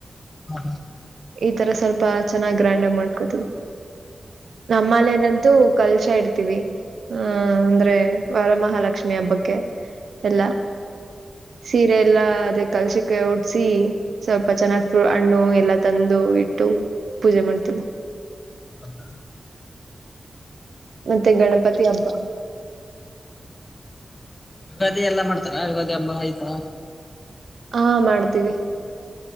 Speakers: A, on the left (about 30°); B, on the right (about 85°).
A: ಹಾ...
B: ಈ ತರ ಸ್ವಲ್ಪ ಚೆನ್ನಾಗ್ ಗ್ರ್ಯಾಂಡ್ ಆಗಿ ಮಾಡ್ಕೊತವಿ... ನಮ್ಮನೆಲಂತೂ ಕಲ್ಶಾ ಇಡ ತಿವೆ ಹ ಅಂದ್ರೆ ವರಮಹಾಲಕ್ಷ್ಮಿ ಹಬ್ಬಕ್ಕೆ ಎಲ್ಲಾ ಸಿ ಎಲ್ಲಾ ಅದೇ ಕಳಸಿಕೆ ಉಡ್ಸಿ ಸ್ವಲ್ಪ ಚೆನ್ನಾಗ್ ಹಣ್ಣು ಎಲ್ಲಾ ತಂದು ಇಟ್ಟು ಪೂಜೆ ಮಾಡ್ತಿನಿ
A: ಹ <unintelligible>
B: ಮತ್ತೆ ಗಣಪತಿ ಹಬ್ಬ.
A: ಯುಗಾದಿ ಎಲ್ಲಾ ಮಾಡ್ತಾರ ಯುಗಾದಿ ಹಬ್ಬ ಈತರ
B: ಹಾ ಮಾಡ್ತೀವಿ